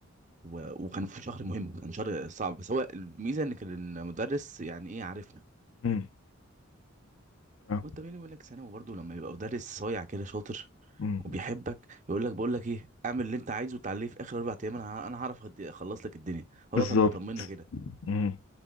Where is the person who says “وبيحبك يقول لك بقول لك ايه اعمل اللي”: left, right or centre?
Right